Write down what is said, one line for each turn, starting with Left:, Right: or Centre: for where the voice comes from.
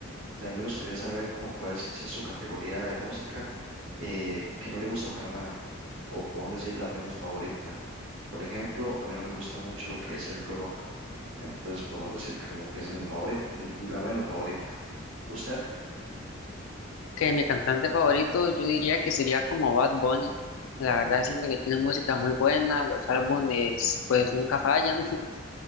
Right: También me gustaría saber como cuál es su categoría de música eh, que no le gusta para nada, o podemos decir la menos favorita. Por ejemplo, a mí no me gusta mucho lo que es el rock, entonces podemos decir como que esa es mi favorita, la menos favorita. ¿Usted?
Left: Que mi cantante favorito yo diría que sería como Bad Bunny. La verdad siento que tiene música muy buena, los álbumes pues nunca fallan <laughs>